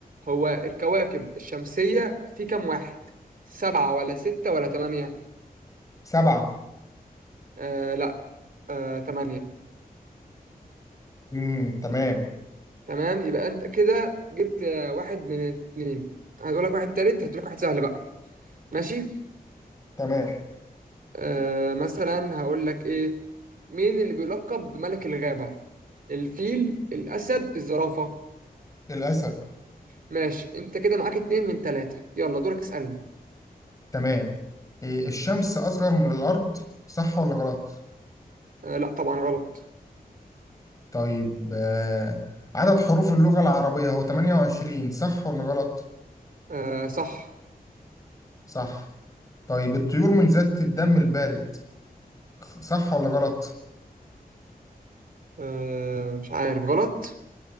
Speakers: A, on the right (about 65°); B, on the left (about 20°).
A: هو الكواكب الشمسية في كام واحد سبعة ولا ستة ولا تمانية
B: سبعة
A: آه لا آه تمانية
B: امم تمام
A: تمام يبقى أنت كده جبت آه واحد من اتنين هدولك واحد تالت هدولك واحد سهل بقى ماشي
B: تمام
A: آه مثلا هقول لك ايه مين اللي بيلقب بملك الغابة الفيل الأسد الزرافة
B: الأسد
A: ماشي انت كده معاك اتنين من تلاتة يلا دورك اسألني
B: تمام إيه الشمس أصغر من الأرض صح ولا غلط
A: آه لا طبعا غلط
B: طيب آه عدد حروف اللغة العربية هو 28 صح ولا غلط
A: آه صح
B: صح طيب الطيور من ذات الدم البارد صح ولا غلط
A: آه مش عارف غلط